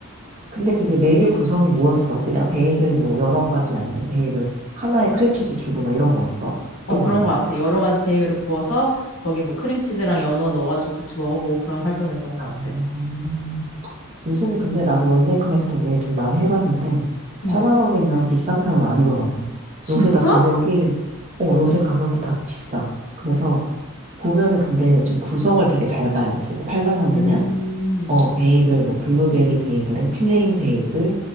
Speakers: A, on the right; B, on the left.
A: 근데 그게 메뉴 구성이 뭐였어? 그냥 베이글 뭐 여러 가지 아니면 베이글 하나에 크림치즈 주고 막 이런 거였어?
B: 어,
A: 어떤
B: 그런
A: 거였어?
B: 것 같아. 여러 가지 베이글을 구워서 거기에 뭐 크림치즈랑 연어 넣어가지고 같이 먹어보고 그런 활동이었던 것
A: 아,
B: 같아.
A: 음. 요즘은 근데 나도 원데이 클래스 되게 좀 많이 해봤는데
B: 응.
A: 8만 원이면 비싼 편은 아니더라고.
B: 진짜?
A: 요새 다 가격이 어 요새 가격이 다 비싸. 그래서 보면은 근데 좀 구성을 되게 잘 봐야지. 8만 원이면
B: 음.
A: 어 베이글 뭐 블루베리 베이글에 플레인 베이글